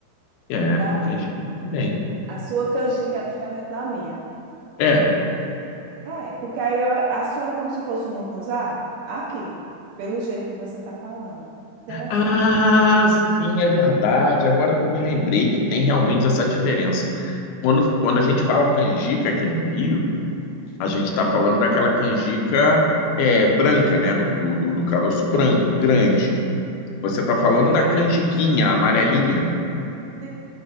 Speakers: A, on the left; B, on the right.
A: É,
B: Darley.
A: com canjica também.
B: A sua canjica é diferente da minha.
A: É.
B: É, porque aí a, a sua é como se fosse um mucunzá? Aqui, pelo jeito que você está falando. Interessante.
A: Ah, sim, é verdade. Agora que eu me lembrei que tem realmente essa diferença. Quando, quando a gente fala canjica aqui no Rio, a gente está falando daquela canjica é, branca, né? Do, do, do- do caroço branco, grande. Você está falando
B: É.
A: da canjiquinha, amarelinha.
B: sim.